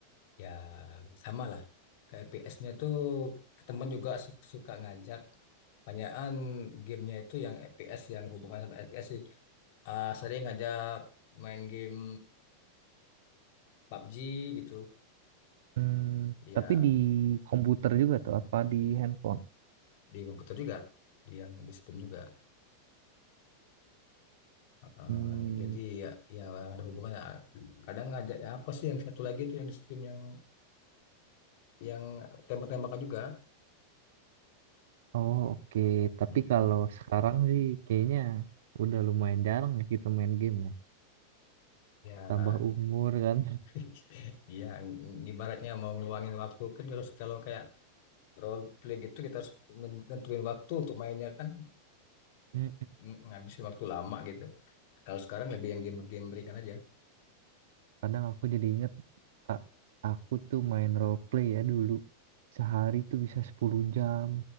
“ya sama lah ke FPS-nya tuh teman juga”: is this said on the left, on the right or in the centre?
Left